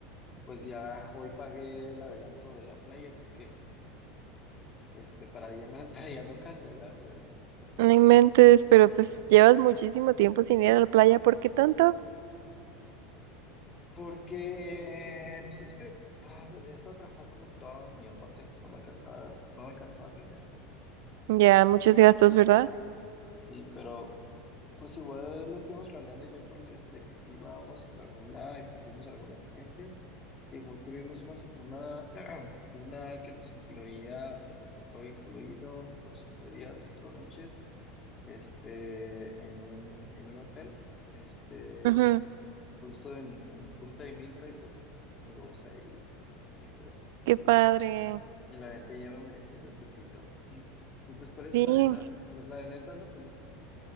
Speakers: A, on the left; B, on the right.
A: pues ya hoy pagué el adelanto de la playa, así que este, para ya no, <laughs> para ya no cancelar, ¿sabes? Porque,
B: No inventes,
A: por-
B: pero pues llevas muchísimo tiempo sin ir a la playa. ¿Por qué tanto?
A: porque, pues es que ah, había estado trabajando un montón y aparte no me alcanzaba, no me alcanzaba el dinero.
B: Ya, muchos gastos, ¿verdad?
A: Sí, pero pues igual lo estuvimos planeando ya por meses de que sí vamos y bla, bla, bla, y pues vimos algunas agencias y justo vimos una, una, <clears throat> una que nos incluía, pues de que todo incluido, por cinco días, cuatro noches, este, en un, en un hotel. Este,
B: Ujú,
A: justo en, en Punta de Minta y pues nos vamos a ir y, y, pues
B: Qué padre.
A: y la neta ya me merecía un descansito y, y pues por eso
B: Sí.
A: la neta pues la neta ando feliz